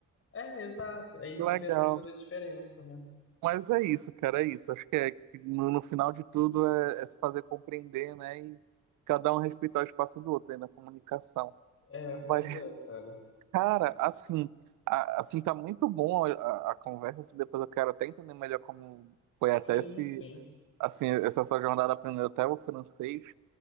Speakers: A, on the left; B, on the right.
A: É, exato, aí a gente
B: que Legal.
A: vê essa questão da diferença, né?
B: Mas é isso, cara, é isso. Acho que, é, que no, no final de tudo é, é se fazer compreender, né? E cada um respeitar o espaço do outro aí na comunicação.
A: É, pois
B: Mas,
A: é, cara.
B: cara, assim, a- assim tá muito bom a, a- a conversa. Assim, depois eu quero até entender melhor como foi
A: Sim,
B: até esse,
A: sim.
B: assim, essa sua jornada aprendendo até o francês.